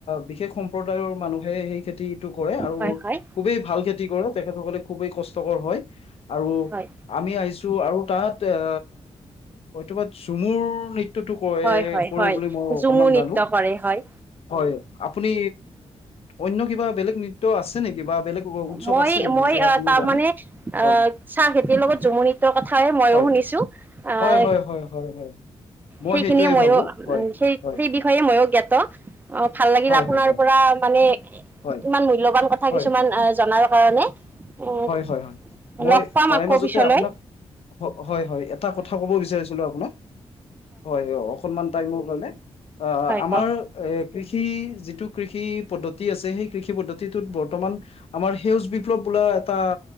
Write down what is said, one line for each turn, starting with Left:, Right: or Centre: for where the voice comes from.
Left: বিশেষ সম্প্ৰদায়ৰ মানুহে সেই খেতি কৰে আৰু
Right: হয় হয়
Left: খুবেই ভাল খেতি কৰে তেখেতসকলে খুবেই কষ্টকৰ হয় আৰু
Right: হয়
Left: আমি আহিছো আৰু তাত অ হয়তোবা ঝুমুৰ নৃ ত্যটো কৰে
Right: হয় হয়
Left: কৰে
Right: হয়
Left: বুলি মই
Right: ঝুমুৰ
Left: অকনমান
Right: নৃত্য
Left: জানো।
Right: কৰে হয়
Left: হয় আপুনি অন্য কিবা বেলেগ নৃত্য আছে নেকি বা বেলেগ উৎসৱ
Right: মই
Left: আছে নেকি
Right: মই
Left: যে
Right: অ
Left: আপুনি
Right: তাৰ
Left: জানে
Right: মানে অ চাহ
Left: হয়
Right: খেতিৰ লগত ঝুমুৰ নৃত্যৰ কথা এ মইও
Left: হয়
Right: শুনিছো। আহ
Left: হয় হয় হয় হয় হয় মই
Right: সেইখিনিয়ে
Left: সেইটোৱে
Right: মইয়ো
Left: ভাবো হয়
Right: সেই
Left: হয়
Right: সেই বিষয়ে মইয়ো জ্ঞাত অ ভাল লাগিল
Left: হয়
Right: আপোনাৰ
Left: হয় হয়
Right: পৰা মানে
Left: হয়
Right: ইমান মূল্যবান কথা
Left: হয়
Right: কিছুমান
Left: হয়
Right: আহ জনাৰ কাৰণে। উম
Left: হয় হয় হয় মই
Right: লগ পাম
Left: তাৰে
Right: আকৌ
Left: মাজতে
Right: পিছলৈ
Left: আপোনাক হয় হয় এটা কথা ক'ব বিচাৰিছিলো আপোনাক হয় অকনমান তাইমৰ কাৰণে অ
Right: হয়
Left: আমাৰ
Right: কওক
Left: এ কৃষি যিটো কৃষি পদ্ধতি আছে সেই কৃষি পদ্ধতিটোত বৰ্তমান আমাৰ সেউজ বিপ্লৱ বোলা এটা